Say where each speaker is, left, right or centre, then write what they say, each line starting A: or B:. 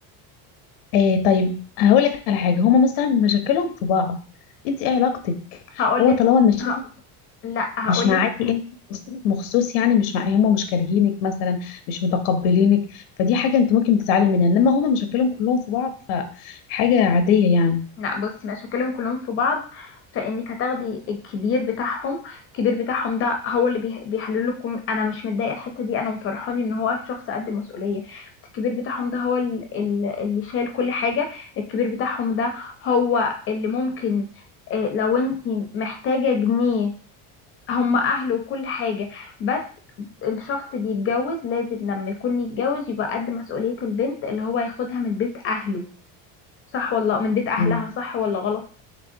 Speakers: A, on the left (about 80°); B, on the left (about 30°).
A: آه طيب هقول لك على حاجه هما مثلا مشاكلهم في بعض انت ايه علاقتك
B: هقولك
A: هو طالما المشاكل
B: ه... لا هقولك
A: مش معاكي انت مخصوص يعني مش معايا هما مش كارهينك مثلا مش متقبلينك فدي حاجه انت ممكن تتعلم منها انما هما مشاكلهم كلهم في بعض فحاجه عاديه يعني
B: لا بصي مش هكلم كلهم في بعض فانك هتاخدي الكبير بتاعهم الكبير بتاعهم ده هو اللي بيح- بيحلله كل انا مش متضايقه الحته دي انا مفرحاني ان هو شخص قد المسؤوليه بس الكبير بتاعهم ده هو ال- ال- اللي شايل كل حاجه الكبير بتاعهم ده هو اللي ممكن آه، لو انت محتاجه جنيه هم اهله وكل حاجة بس الشخص بيتجوز لازم لما يكون يتجوز يبقى قد مسؤولية البنت اللي هو ياخدها من بيت اهله صح ولا من بيت اهلها
A: مم.
B: صح ولا غلط